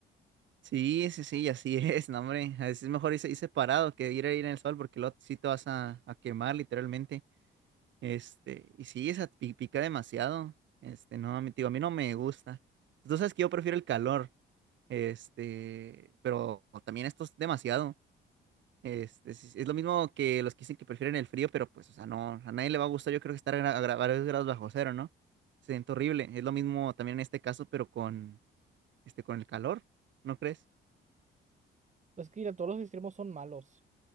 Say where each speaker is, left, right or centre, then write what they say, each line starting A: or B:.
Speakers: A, on the right (about 70°); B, on the right (about 35°).
A: Sí, sí, sí, así <laughs> es, no, hombre. A veces es mejor irse, irse parado que ir a ir en el sol porque luego sí te vas a, a quemar literalmente. Este, y sí, esa pi- pica demasiado. Este, no, a mí, digo, a mí no me gusta. Tú sabes que yo prefiero el calor. Este, pero también esto es demasiado. Este, es, es lo mismo que los que dicen que prefieren el frío, pero pues, o sea, no, a nadie le va a gustar, yo creo que estar a, gra- a varios grados bajo cero, ¿no? Se siente horrible. Es lo mismo también en este caso, pero con, este, con el calor, ¿no crees?
B: Es que mira, todos los extremos son malos.